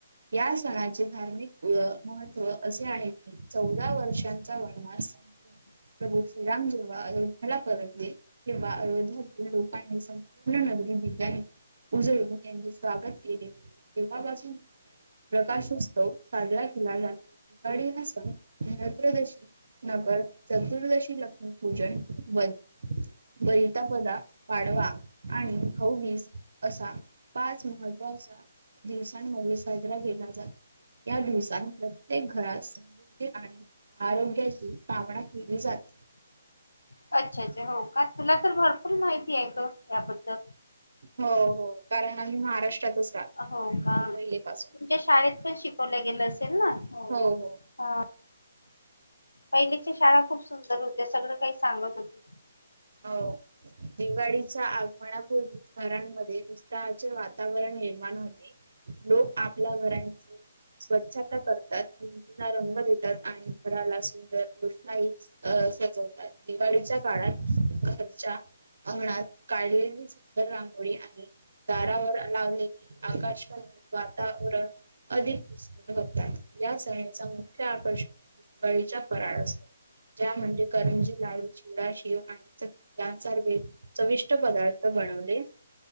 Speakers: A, on the right; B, on the left.
A: या सणाचे धार्मिक महत्त्व असे आहे की चौदा वर्षांचा वनवास संपून प्रभू श्रीराम जेव्हा अयोधेला परतले तेव्हा आयोध्या लोकांनी संपूर्ण नगरी दिव्यणी. उजळऊ त्यांचे स्वागत केले होते तेव्हापासून प्रकाशोत्सव साजरा केला जातो दिवाळी हा सण धनत्रयोदशी नगर चतुर्दशी लक्ष्मी पूजन वं तापदा पाढवा आणि भाऊ बीज असा पाच महत्त्वाचा दिवसांमध्ये साजरा केला जातो. या दिवसत प्रत्येक घरात समृद्धी आणि आरोग्याची कामना केली जाते.
B: अच्छा अच्छा हो का तुला तर भरपूर माहिती आहे ग याबद्दल.
A: हो हो कारण आम्ही महाराष्ट्रातच राहतो
B: हो का
A: पहिली पासून.
B: तुमच्या शाळेत पण शिकवलं गेलं असेल ना.
A: हो हो
B: ह पहिलीच्या शाळा खूप सुंदर होत्या सगळं काही सांगत होते.
A: हो दिवाळीचा आ मनापूर्वीच घरांमध्ये उत्साहाचे वातावरण निर्माण होते. लोक आपल्या घरांची स्वच्छता करतात भिंतींना रंग देतात आणि घराला सुंदर रोषणाई अ सजवतात दिवाळीच्या काळात घरच्या अंगणात काढलेली सुंदर रांगोळी आणि दारावर लावले आकाश कंदील वातावरण अधिक तात या सणीचा मुख्य आकर्षण गळीचा पराळ असतो त्या्या म्हणजे करंजी लाडू चिवडा शेव आणि चकली. यासारखे चविष्ट पदार्थ बनवले.